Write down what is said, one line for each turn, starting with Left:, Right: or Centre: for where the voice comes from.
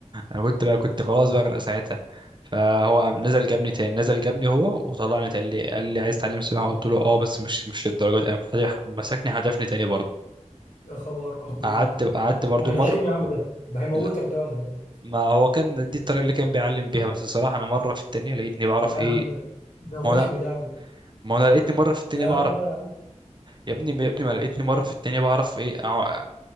Right: انا كنت بقى كنت خلاص بغرق ساعتها فهو قام نزل جابني تاني نزل جابني هو وطلعني قال لي قال لي عايز تتعلم سباحه قلت له اه بس مش مش للدرجه دي قام خد- مسكني هدفني تاني برضه
Left: يا خبر ابيض
Right: قعدت قعدت برضو
Left: ده
Right: مر
Left: غشيم يا عم ده ده هيموتك
Right: لا
Left: ده ولا إيه؟
Right: ما هو كان دي الطريقه اللي كان بيعلم بيها بس الصراحه انا مره في التانية لقيتني بعرف
Left: لا
Right: ايه
Left: يا عم ده ده غشم
Right: ما انا
Left: ده يا عم
Right: ما انا لقيتني مره في التانية
Left: يا
Right: بعرف
Left: عم لا
Right: يا ابني يا ابني ما لقيتني مره في التانية بعرف ايه أع-